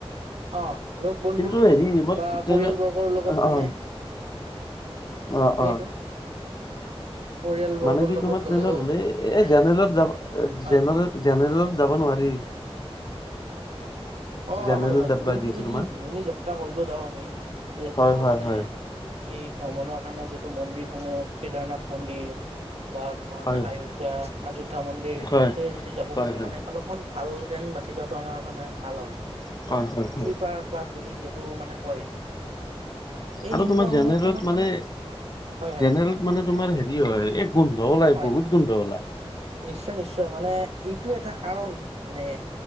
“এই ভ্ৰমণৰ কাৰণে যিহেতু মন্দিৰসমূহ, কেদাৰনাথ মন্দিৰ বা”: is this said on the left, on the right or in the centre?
Right